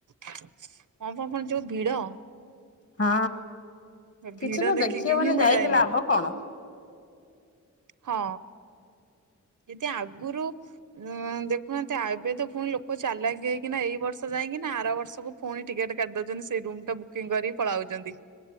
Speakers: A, on the right; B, on the left.
A: କଣ କର ଯୋଉ ଭିଡ଼।
B: ହଁ
A: ଭିଡ
B: କିଛି ତ
A: ଦେଖିକି
B: ଦେଖି ହେବନି
A: ହିଁ ମୁଁ
B: ଯାଇକି
A: ଯାଏନି
B: ଲାଭ କଣ।
A: ହଁ ଯଦି ଆଗରୁ ଉଁ ଦେଖୁନାହାନ୍ତି ଆ ଏବେ ତ ପୁଣି ଲୋକ ଚାଲାକି ହେଇକିନା ଏଇ ବର୍ଷ ଯାଇକି ନା ଆର ବର୍ଷକୁ ପୁଣି ଟିକେଟ କାଟି ଦଉଛନ୍ତି ସେଇ ରୁମ ଟା ବୁକିଂ କରିକି ପଳାଉଛନ୍ତି।